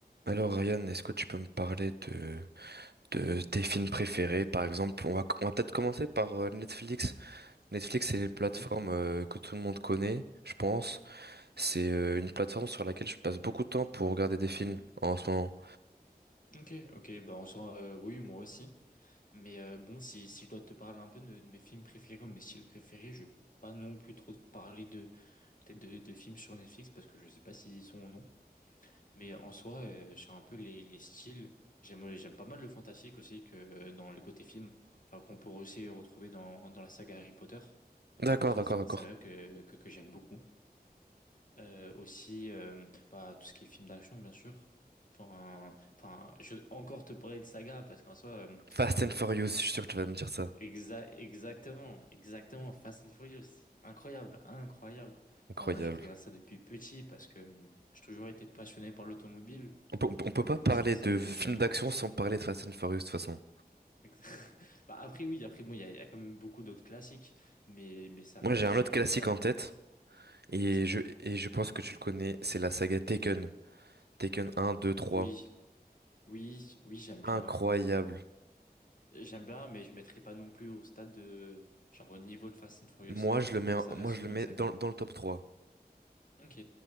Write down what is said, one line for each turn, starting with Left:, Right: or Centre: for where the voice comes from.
Right: Alors Ryan, est-ce que tu peux me parler de, de tes films préférés? Par exemple, on va, on va peut-être commencer par euh, Netflix. Netflix, c'est une plateforme
Left: Hmm.
Right: euh, que tout le monde connaît, je pense. C'est euh, une plateforme sur laquelle je passe beaucoup de temps pour regarder des films en ce moment.
Left: Ok, ok, bah en soi, euh, oui, moi aussi. Mais euh, bon, si, si je dois te parler un peu de, de mes films préférés ou mes styles préférés, je vais pas non plus trop te parler de peut-être de, de films sur Netflix parce que je sais pas s'ils y sont ou non. Mais en soi, euh, sur un peu les, les styles, j'aime j'aime pas mal le fantastique aussi que euh, dans le côté film, enfin qu'on peut aussi retrouver dans, dans la saga Harry Potter.
Right: D'accord,
Left: En soi,
Right: d'accord,
Left: c'est
Right: d'accord.
Left: une saga que, que, que j'aime beaucoup. Euh, aussi, euh, bah, tout ce qui est film d'action, bien sûr. Enfin, enfin, je vais encore te parler de saga parce qu'en soi, euh,
Right: Fast and Furious, je suis sûr que tu vas me dire ça.
Left: exa- exactement, exactement, Fast and Furious, incroyable, incroyable.
Right: Incroyable.
Left: Enfin, je regarde ça depuis petit parce que euh, j'ai toujours été passionné par l'automobile.
Right: On peut, on peut on peut
Left: Donc,
Right: pas parler
Left: franchement, c'est,
Right: de films
Left: j'aime beaucoup.
Right: d'action sans parler de Fast and Furious de toute façon.
Left: <laughs> Bah, après, oui, après, bon, il y a, il y a quand même beaucoup d'autres classiques, mais, mais ça
Right: Moi,
Left: reste
Right: j'ai
Left: des
Right: un
Left: films
Right: autre classique
Left: incroyables.
Right: en tête et
Left: Dis-moi.
Right: je, et je pense que tu le connais, c'est la saga Taken. Taken un, 2, 3.
Left: Oui, oui, oui, j'aime bien.
Right: Incroyable.
Left: J'aime bien, mais je mettrai pas non plus au stade de, genre au niveau de Fast and Furious,
Right: Moi, je le mets,
Left: mais
Right: en-
Left: ça reste
Right: moi, je
Left: une
Right: le
Left: bonne
Right: mets
Left: saga.
Right: dans, dans le top 3.
Left: Ok,